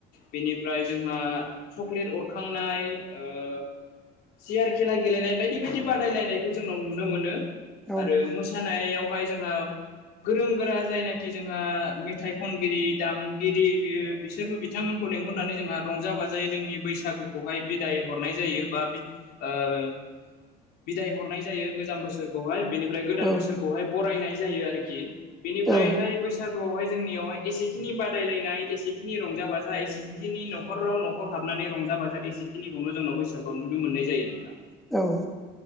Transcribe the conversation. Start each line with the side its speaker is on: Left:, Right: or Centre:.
Left: बेनिफ्राय जोंहा चकलेट अर खांनाय ओ सियार खेला गेलेनाय बायदि बायदि बादायलायनाय जोंनाव नुनो मोनो
Centre: औ
Left: आरो मोसानायावहाय जोंहा गोरों गोरा जायनाखि जोंहा मेथाइ खनगिरि दामगिरि बियो बिसोरबो बिथांमोनखौ लेंहरनानै जोंहा रंजा बाजायै जोंनि बैसाग खौहाय बिदाय हरनाय जायो बा ओ बिदाय हरनाय जायो गोजाम बोसोरखौहाय बेनिफ्राय गोदान
Centre: औ
Left: बोसोरखौहाय बरायनाय जायो आरोखि बेनिफ्रायहाय
Centre: औ
Left: बैसाग आवहाय जोंनियावहाय एसेखिनि बादायलायनाय एसेखिनि रंजा बाजा एसेखिनि न'खराव न'खर हाबनाय रंजा बाजा एसेखिनिखौ' जोंनाव बैसागु आव नुनो मोननाय जायो नोंथां।
Centre: औ